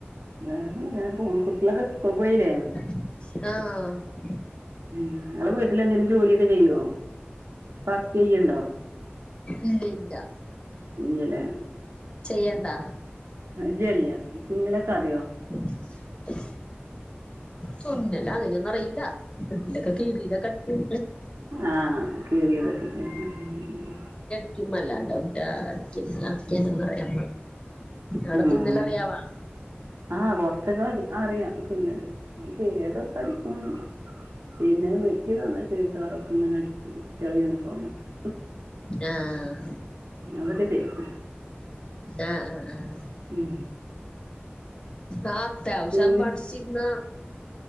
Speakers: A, on the right; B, on the left.
A: വേറെന്താ ഇങ്ങനെ പോകുണ് കുട്ടികളൊക്കെ സ്കൂളുക്ക് പോയില്ലേ.
B: ആഹ്.
A: ഇങ്ങൾ വീട്ടിൽ എന്തെേലും ജോലിയൊക്കെ ചെയ്യോ വർക്ക് ചെയ്യണ്ടോ.
B: ഇല്ല ഇല്ല.
A: ഇല്ലലെ.
B: ചെയ്യണ്ടാ.
A: ഇല്ല്യ ഇല്ല്യ തുന്നലൊക്കെ അറിയോ?
B: ഉണ്ട് തുന്നല് അങ്ങനൊന്നും അറിയില്ല. വീട്ടിലെ കീറിയത് ഒക്കെ അടിക്കും.
A: ആഹ് കീറിയതൊക്കെ അല്ലെ
B: ക്കിം മല്ലാണ്ട ഒറ്റ അടിക്കാൻ അടിക്കാൻ ഒന്നും അറിയാ ആട
A: ഉം
B: തുന്നല് അറിയാവാ.
A: ആഹ് കൊറച്ചൊക്കെ അടി അറിയാം തുന്നല് കീറിയതൊക്കെ അടിക്കും. പിന്നെ വെട്ടി തന്നാ ചുരിതാറൊക്കെ ഇങ്ങനെ അടി കുട്ടികളെ യൂണിഫോം ഒക്കെ
B: ആഹ്
A: അതൊക്കെ തെരും.
B: ആഹ് ആഹ് ആഹ്.
A: ഉം.
B: ആ അത്യാവശ്യം
A: പിന്നെ
B: പഠിച്ചിരുന്ന